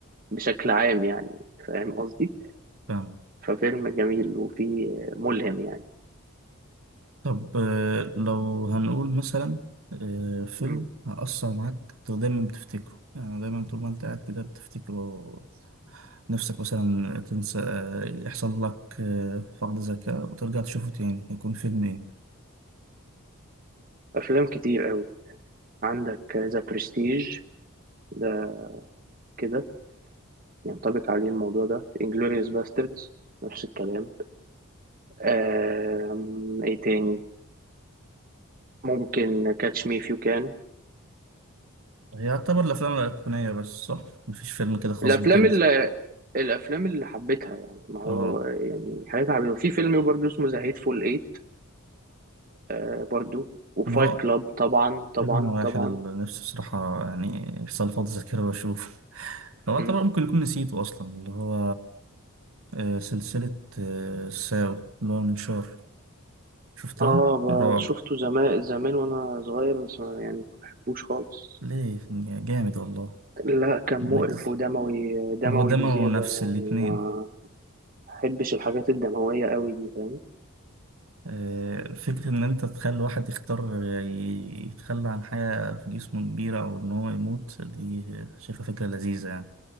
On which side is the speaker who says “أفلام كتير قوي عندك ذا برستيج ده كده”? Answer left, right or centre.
Right